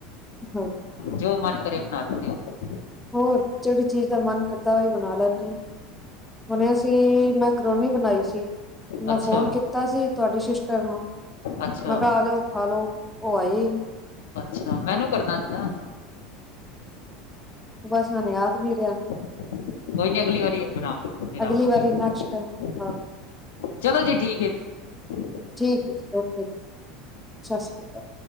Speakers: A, in the centre; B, on the left (about 75°).
A: ਹੂੰ
B: ਜੋ ਮਨ ਕਰੇ ਨਾਲ ਬਣਾ ਦਿਨੀ ਆ,
A: ਹੋਰ ਜਿਹੜੀ ਚੀਜ਼ ਦਾ ਮਨ ਕਰਦਾ ਉਹੀ ਬਣਾ ਲੈਂਨੀ ਐ। ਹੁਣੇ ਅਸੀ ਮੈਂ ਕਰੋਨੀ ਬਣਾਈ ਸੀ। ਮੈਂ
B: ਅੱਛਾ
A: ਫੋਨ ਕੀਤਾ ਸੀ ਤੁਹਾਡੀ ਸ ਕਰੋ
B: ਅੱਛਾ
A: ਮੈਂ ਕੇਹਾ ਆ ਜਾ ਔ, ਖਾ ਲੋੋ ਉਹ ਆਏ ਹੂੰ, <unintelligible>
B: ਅੱਛਾ ਮੈਨੂੰ ਕਰਨਾ ਸੀ ਨਾ,
A: ਬਸ ਹੁਣ ਯਾਦ ਨੀ ਰਿਹਾ ਨਾ।
B: ਕੋਈ ਨੀ ਅਗਲੀ ਵਾਰੀ ਬਣਾਵਗੇ ਫਿਰ ਆਵਾਂਗੇ,
A: ਅਗਲੀ ਵਾਰੀ ਨੈਕਸਟ ਟਾਈਮ
B: ਹੂ
A: ਹਾਂ
B: ਚਲੋ ਜੀ ਠੀਕ ਹੈ। ਠੀਕ, <unintelligible>
A: ਠੀਕ ਹੈ ਜੀ, ਔਕੇ ਜੀ। ਸਤਿ ਸ਼੍ਰੀ ਅਕਾਲ।